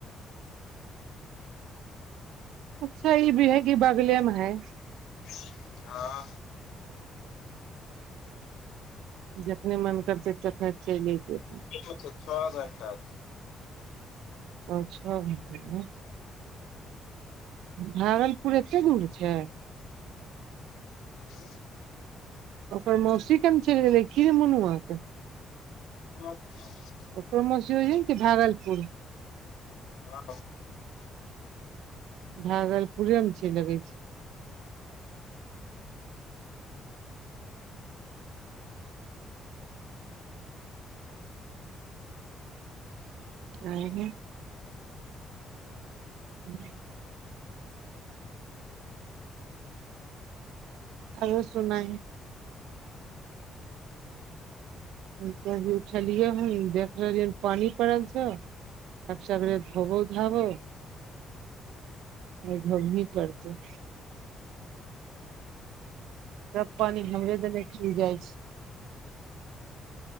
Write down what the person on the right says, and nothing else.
अच्छा ई भी है की बागले मे है
<inaudible> जखने मन करतै तखने चलि अयतै
ओ छः घंटा मे भागलपुर एते दूर छै
ओकर मौसी केम चलि गेलै की मनुआ के
ओकर मौसी वही की भागलपुर
भागलपुरे मे चैल अबै छै उह्ह्ह <unintelligible> आबो सुनाइ हये भी ही उठलियै हन देख लेलियै पानि पड़ल छै अब सबेरे दोबू धाबो आई घोबही पड़तै सब पानि हमरे देने चुइ जाइ छै